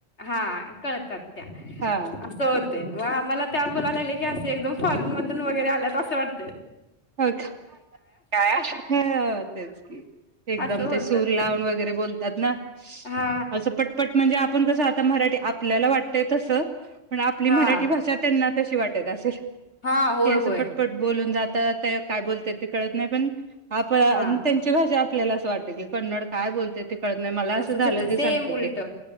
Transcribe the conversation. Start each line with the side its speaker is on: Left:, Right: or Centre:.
Left: हा कळतात त्या
Right: हा
Left: असं हो गते आम्हाला त्या बोलायला लागले की असे एकदम फॉरेन वगैरे आल्यात असं वाटतय
Right: हो का काय हो तेच की एकदम
Left: असं बोलतात
Right: ते सूर लावून वगैरे बोलतात ना
Left: हा
Right: असं पटपट म्हणजे आप आपण कस आता मराठी आपल्याला वाटतय तस पण आपली
Left: हा
Right: मराठी भाषा त्यांना तशी वाटत असेल.
Left: हा होय
Right: की असं
Left: होय
Right: पटपट बोलून जा तर तळ काय बोलत्यात ते कळत नाय पण आपण
Left: हा
Right: त्यांची भाषा आप आपल्याला असं वाटत की कन्नड काय बोलत्यात ते कळत नाही मला असं
Left: तसच
Right: झालं
Left: होतय
Right: ते
Left: सेम
Right: सांगते
Left: उलटं
Right: की